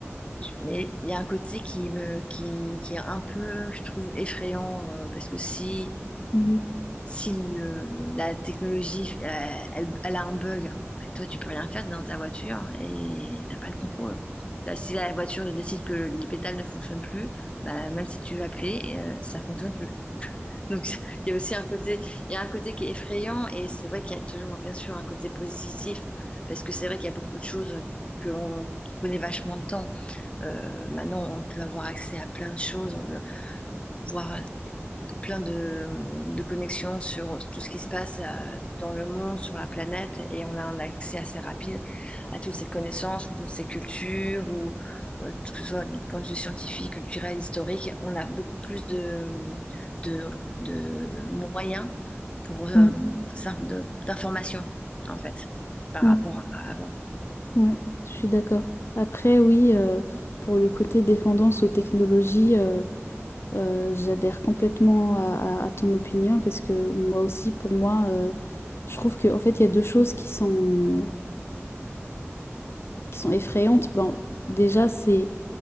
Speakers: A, on the left; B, on the left.
A: Tu- Mais il y a un côté qui me, qui, qui est un peu, je trouve, effrayant, euh, parce que si,
B: Mhm.
A: si le- la technologie, euh, elle, elle a un bug, bah, toi, tu peux rien faire, t'es dans ta voiture et t'as pas le contrôle. Là, si la voiture décide que les pédales ne fonctionnent plus, bah, même si tu veux appuyer, euh, ça fonctionne plus. Donc, <laughs> il y a aussi un côté, il y a un côté qui est effrayant et c'est vrai qu'il y a toujours, bien sûr, un côté positif parce que c'est vrai qu'il y a beaucoup de choses que l'on qui prenaient vachement de temps. Euh, maintenant, on peut avoir accès à plein de choses voir plein de, de connexions sur tout ce qui se passe euh, dans le monde, sur la planète, et on a un accès assez rapide à toutes ces connaissances, ou toutes ces cultures, ou euh, tout- que ce soit du point de vue scientifique, culturel, historique, on a beaucoup plus de, de, de moyens pour euh,
B: Ouais.
A: s'in- de- d'informations, en fait, par
B: Ouais.
A: rapport à à avant.
B: Ouais, je suis d'accord. Après, oui, euh, pour le côté dépendance aux technologies, euh, euh, j'adhère complètement à, à- à ton opinion parce que moi aussi, pour moi, euh, je trouve que en fait, il y a deux choses qui sont, qui sont effrayantes. Bon, déjà, c'est